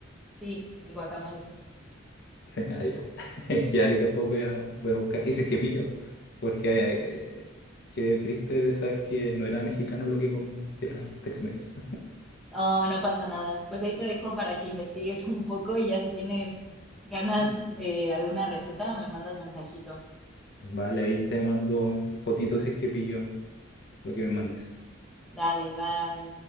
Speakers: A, in the centre; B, on the left.
A: Sí, el guacamole sí.
B: Sí, ah, ya. <laughs> Y ahí después voy a, voy a buscar. Y si es que pillo, porque eh, qué triste de saber que no era mexicano lo que comí, que era Tex-Mex.
A: No, no pasa nada. Pues ahí te dejo para que investigues un poco y ya si tienes ganas
B: <laughs>
A: de alguna receta me mandas mensajito.
B: Vale, ahí te mando fotito si es que pillo lo que me mandes.
A: Dale, bye.